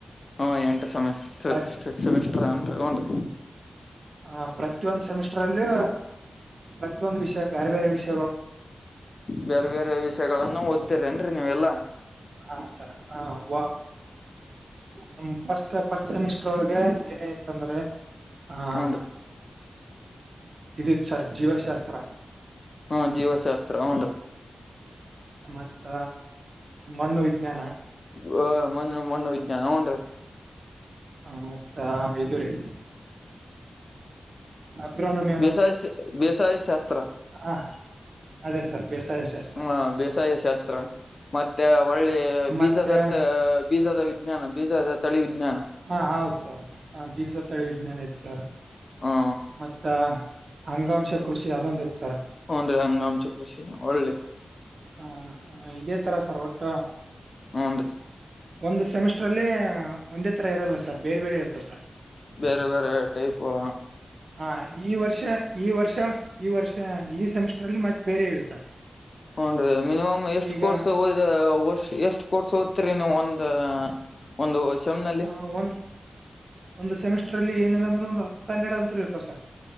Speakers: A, on the left; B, on the right.
A: ಹಾ ಎಂಟು ಸೆಮ
B: ಪ್ರ
A: ಸೆಮಿಸ್ಟರ್ ಅನ್ರಿ ಹನ್ರಿ.
B: ಹ ಪ್ರತಿಯೊಂದು ಸೆಮಿಸ್ಟರ್ ಅಲ್ಲಿ ಪ್ರತಿಯೊಂದು ವಿಷಯ ಬೇರೆ ಬೇರೆ ವಿಷಯ.
A: ಬೇರೆ ಬೇರೆ ವಿಷಯಗಳಗಳನ್ನು ಓದ್ತಿರ ನ್ರರಿ ನೀವೆಲ್ಲಾ.
B: ಹಾ ಸರ ಹ ವ. ನಮ್ಮ ಫಸ್ಟ್ ಫಸ್ಟ್ ಸೆಮಿಸ್ಟರ್ ಒಳಗೆ ಏನ ಇತ್ತ ಅಂದ್ರೆ. ಹ
A: ಹೂನ್ರಿ
B: ಇದಿತ್ ಸರ್ ಜೀವಶಾಸ್ತ್ರ.
A: ಹ್ಮ ಜೀವಶಾಸ್ತ್ರ ಹ್ಞೂ ರೀ.
B: ಮತ್ತ ಮಣ್ಣು ವಿಜ್ಞಾನ.
A: ಮ ಮಣ್ಣು ಮಣ್ಣು ವಿಜ್ಞಾನ ಹ್ಮ್ ರೀ.
B: ಹ ಮತ್ತ ಇದು ರೀ ಅಕ್ರನಮಿ.
A: ಬೆಸಾಯ ಬಸಾಯ ಶಸ್ತ್ರ.
B: ಹಾ ಅದೇ ಸರ್ ಬೇಸಾಯ ಸರ್.
A: ಹ್ಮ ಬೇಸಾಯ ಶಾಸ್ತ್ರ ಮತ್ತೆ ಒಳ್ಳೆ ಬೀಜದತ್ತ.
B: ಮತ್ತೆ
A: ಬೀಜದ ವಿಜ್ಞಾನ ಬೀಜದ ತಳಿ ವಿಜ್ಞಾನ.
B: ಹಾ ಹೌದ್ ಸರ್ ಹ ಬೀಜ ತಳಿ ವಿಜ್ಞಾನ ಐತ್ ಸರ್.
A: ಹಾ.
B: ಮತ್ತ ಅಂಗಾಂಶ ಕೃಷಿ ಅದೊಂದ ಇತ್ ಸರ್.
A: ಹನ್ ರೀ ಹಂಗಾಮಚ ಕೃಷಿ ಒಳ್ಳಲಿ.
B: ಆ, ಆ, ಇದೇ ತರ ಸರ್ ಒಟ್ಟ
A: ಹ್ಮ್ ರೀ.
B: ಒಂದು ಸೆಮಿಸ್ಟ್ರಲ್ಲ ಒಂದೇ ಥರ ಇರಲ್ಲ ಸರ್ ಬೇರೆ ಬೇರೆ ಇರ್ತವೆ ಸರ್.
A: ಬೇರೆ ಬೇರೆ ಟೈಪ್ ಓ.
B: ಹ ಈ ವರ್ಷ ಈ ವರ್ಷ ಈ ವರ್ಷ ಈ ಸೆಮಿಸ್ಟರ್ ಅಲ್ಲಿ ಮತ್ತೆ ಬೇರೆ ಇವೆ ಸರ್.
A: ಹ್ಮ್ ರೀ ಮಿನಿಮಮ್ ಎಷ್ಟ್
B: ಈಗ
A: ಕೋರ್ಸ್ ಓದಿ ಎಷ್ಟ್ ಕೋರ್ಸ್ ಓದ್ತರಿ ನೀವು ಒಂದ. ಒಂದು ಸೆಮ್ ನಲ್ಲಿ
B: ಆ ಒಂದ್ ಒಂದು ಸೆಮಿಸ್ಟರ್ಲ್ಲಿ ಏನಿಲ್ಲ ಅಂದ್ರರು ಒಂದು ಹತ್ತ ಹನ್ನೆಡು ಅಂತ ಇರ್ತಾವ ಸರ್.